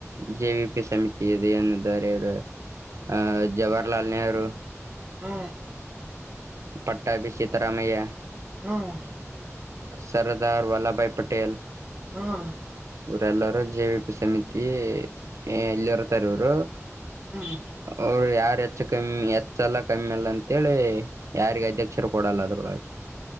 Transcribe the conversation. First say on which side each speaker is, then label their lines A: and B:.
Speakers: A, on the right; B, on the right.
A: ಜೆ ವಿ ಪಿ ಸಮಿತಿ ಇದೆ ಎನ್ನುಾರೆ ಅವರು ಆ ಜವಾಹರ್ಲಾಲ್ ನೆಹರು
B: ಹು
A: ಪಟ್ಟಾ ಬಿಸಿತರಾಮಯ್ಯ
B: ಹ್ಮ್
A: ಸರ್ದಾರ್ ವಲ್ಲಭ ಭಾಯ್ ಪಟೇಲ್
B: ಹ್ಮ್
A: ಇವರೆಲ್ಲಾರೂ ಜೆವಿಪಿ ಸಮಿತಿ ಹೇ ಎಲ್ಲಿ ಇರ್ತಾರ ಅವರು
B: ಹ್ಮ್
A: ಅವ್ರ್ ಯಾರು ಹೆಚ್ಚ ಕಮ್ಮಿ ಹೆಚ್ಚಲ್ಲ ಕಮ್ಮಿ ಅಲ್ಲ ಅಂತೇಳಿ ಯಾರಿಗೆ ಅಧ್ಯಕ್ಷರು ಕೊಡಲ್ಲ ಅದ್ರೊಳಗೆ